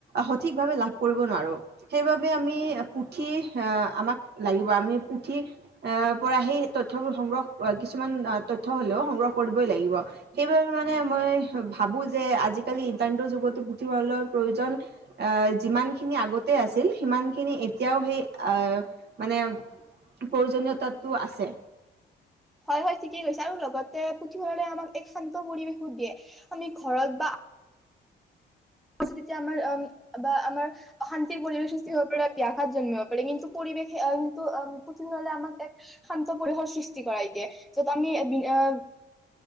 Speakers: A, on the right; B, in the centre.
A: সঠিক ভাৱে লাভ কৰিব নোৱাৰো সেইবাবে আমি পুথি আহ আমাক লাগিব আমি পুথি এ পৰা সেই তথ্যবোৰ সংগ্ৰহ কিছুমান তথ্য হ'লেও সংগ্ৰহ কৰিবই লাগিব সেইবাবে মানে মই ভাবো যে আজিকালি ইন্টাৰনেটৰ যুগতো পুথিভঁৰালৰ প্ৰয়োজন আ যিমানখিনি আগতে আছিল সিমানখিনি এতিয়াও সেই আহ মানে প্ৰয়োজনীয়তাটো আছে
B: হয় হয় ঠিকেই কৈছা আৰু লগতে পুথিভঁৰালে আমাক এক শান্ত পৰিৱেশো দিয়ে আমি ঘৰত বা ত যেতিয়া আমাৰ উম বা আমাৰ অশান্তিৰ পৰিৱেশ সৃষ্টি হ'ব পাৰে ব্যাঘাত জন্মিব পাৰে কিন্তু পৰিৱেশে কিন্তু পুথিভঁৰালে আমাক এক শান্ত পৰিসৰ সৃষ্টি কৰাই দিয়ে য'ত আমি আহ